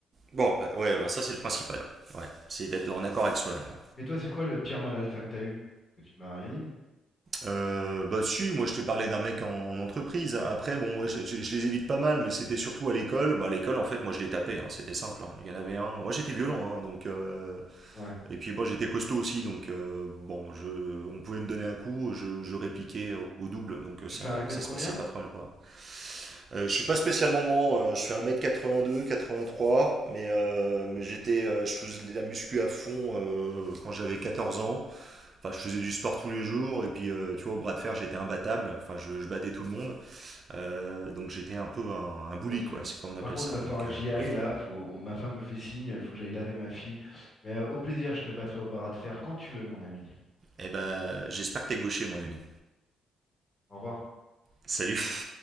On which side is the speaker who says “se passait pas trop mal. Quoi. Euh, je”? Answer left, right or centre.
Right